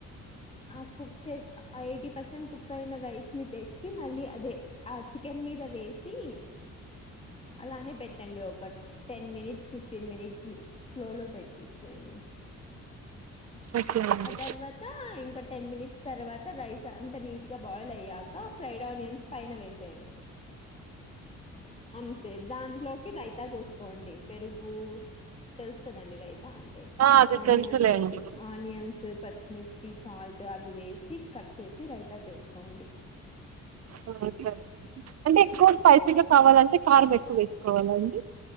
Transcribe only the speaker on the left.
ఆ కుక్ చేసి ఎయిటీ పర్సెంట్ కుక్ అయిన రైస్ని తెచ్చి మళ్ళీ అదే ఆ చికెన్ మీద వేసి అలానే పెట్టండి ఒక టెన్ మినిట్స్ ఫిఫ్టీన్ మినిట్స్ స్లోలో పెట్టి ఫ్లేమ్
ఆ తర్వాత ఇంకా టెన్ మినిట్స్ తర్వాత రైస్ అంతా నీట్ గా బాయిల్ అయ్యాక ఫ్రైడ్ ఆనియన్స్ పైన వేసేయండి అంతే దాంట్లోకి రైతా చేసుకోండి పెరుగు తెలుసు కదండి రైతా అంటే
ఆనియన్స్
ఆనియన్స్ పచ్చిమిర్చి సాల్ట్ అవి వేసి కట్ చేసి రైతా చేసుకోండి